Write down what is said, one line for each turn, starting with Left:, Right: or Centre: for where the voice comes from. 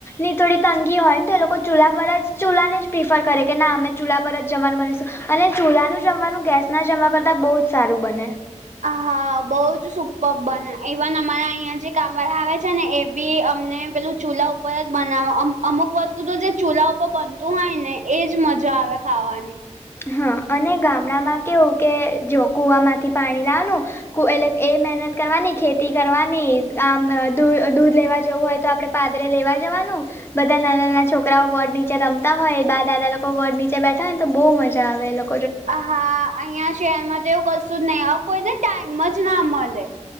Left: ની થોડી તંગી હોય તો એ લોકો ચૂલા પર જ ચૂલા ને જ પ્રિફર કરે કે ના અમે ચૂલા પર જ જમવાનું બનીશું અને ચૂલાનું જમવાનું ગેસ ના જમવા કરતા બોજ સારું બને
Right: અ હા બોવ જ સુપર બને ઇવન અમારા અયા જે કામ વાલા આવે છે ને એ બી અમને પેલું ચૂલા ઉપર જ બનાવે અમુક અમુક વસ્તુ તો જે ચૂલા ઉપર બનતું હોય ને એજ મજા આવે ખાવાની
Left: હ અને ગામડામાં કેવું કે જો કુવામાંથી પાણી લાવનું કૂ એલે એ મેહનત કરવાની ખેતી કરવાની આમ દુ દૂધ લેવા જવું હોય તો આપડે પાદરે લેવા જવાનું બધા નાના નાના છોકરાઓ વડ નીચે રમતા હોય દાદાલા લોકો વડ નીચે બેઠા હોય ને તો બો મજા જા આવે એ લોક
Right: અ હા અહિયાં શહેરમાં તો એવું કશું જ નઇ હઉ કોઈને ટાઈમ જ ના મલે